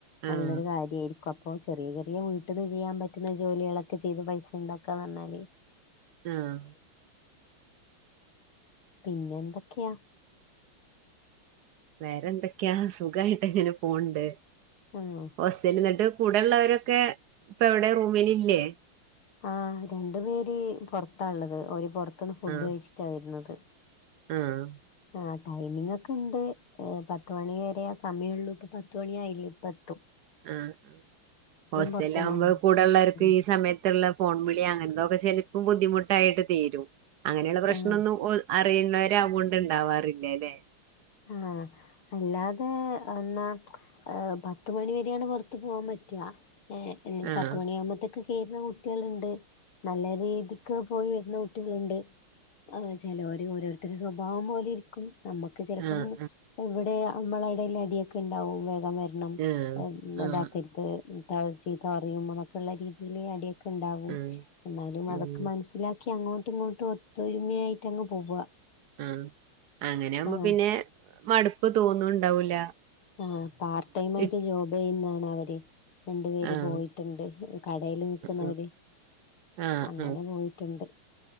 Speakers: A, on the left; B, on the right.
A: നല്ലൊരു
B: ആഹ്
A: കാര്യമായിരിക്കും ഇപ്പോ ചെറിയ ചെറിയ വീട്ടിൽ നിന്ന് ചെയ്യാൻ പറ്റുന്ന ജോലികളൊക്കെ ചെയ്ത് പൈസ ഉണ്ടാക്കുകന്ന് പറഞ്ഞാല്
B: ആഹ്
A: പിന്നെ എന്തൊക്കെയാ
B: വേറെ എന്തൊക്കെയാ സുഖായിട്ട് എങ്ങനെ പോണ്ട്
A: ആ
B: ഹോസ്റ്റലന്നിട്ട് കൂടെയുള്ളവരൊക്കെ ഇപ്പ എവിടെ റൂമിലല്ലേ
A: ആഹ് രണ്ടു പേര് പുറത്താള്ളത് ഒര് പുറത്തന്ന് ഫുഡ്
B: ആഹ്
A: കഴിച്ചിട്ടാ വരുന്നത്
B: ആഹ്
A: ആഹ് ടൈമിംഗ ഒക്കെ ഉണ്ട് പത്ത് മണി വരെ സമയമള്ളൂ ഇപ്പ പത്തിമണിആയില്ലേ ഇപ്പത്തും
B: ആഹ് ഹോസ്റ്റല
A: പൊറത്തൊന്നും
B: ആകുമ്പോ കൂടെള്ളവർക്ക്
A: ഉം
B: ഈ സമയത്ത് ള്ള ഫോൺ വിളി അങ്ങനതൊക്കെ ചിലപ്പോം ബുദ്ധിമുട്ടായിട്ട് തിരും അങ്ങനെയുള്ള പ്രശ്നം
A: ആഹ്
B: ഒന്നും അറിയുന്നവര അയത് കൊണ്ട്ണ്ടാവാറില്ലേ അല്ലെ
A: ആഹ് അല്ലാതെ എന്നാ ഏഹ് പത്ത് മണി വരെയാണ് പുറത്ത പോകാൻ പറ്റുക ഏഹ് എന്നിട്ട്
B: ആഹ്
A: പത്ത് മണിയ ആകുമ്പോത്തേക്കെ കേറുന്ന കുട്ടികളുണ്ട് നല്ല രീതിക്ക് പോയി വരുന്ന കുട്ടികളുണ്ട് ആഹ് ചിലവര ഓരോരുത്തരു സ്വഭാവം പോലെ ഇരിക്കും നമുക്ക് ചെലപ്പം
B: ആഹ്
A: ഇവിടെ നമ്മള ഇടൽ അടിയൊക്കെ ഉണ്ടാവും വേഗം വര രണം
B: ആഹ് ആഹ് ആഹ്
A: ഇതാക്കരുത് ചിത്ത പറയും അതൊക്കെള്ള രീതി അടി ഒക്കെ ഉണ്ടാവും
B: ആഹ്
A: എന്നാലും
B: ഉം
A: അതൊക്കെ മനസ്സിലാക്കി അങ്ങോട്ടും ഇങ്ങോട്ടും ഒത്തൊരുമയായിട്ട് അങ്ങ് പോവുക
B: ആഹ് അങ്ങനാവുമ്പോ
A: ആഹ്
B: പിന്നെ മടുപ്പ് തോന്നുണ്ടാവൂല
A: ആഹ് പാർട്ട് ടൈം
B: ആഹ്
A: ആയിട്ട് ജോബ് ചെയ്യുന്നതാണ് അവര് രണ്ടു പേര്
B: ആഹ്
A: പോയിട്ടുണ്ട് കടയിൽ നിക്കുന്നവര്
B: ആഹ് ആഹ്
A: അങ്ങനെ
B: ആഹ്
A: പോയിട്ടുണ്ട്